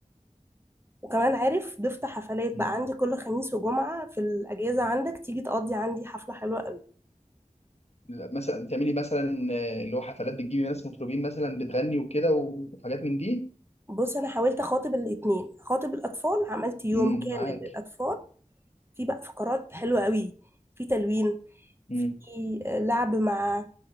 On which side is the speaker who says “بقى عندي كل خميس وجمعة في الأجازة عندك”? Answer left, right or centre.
Right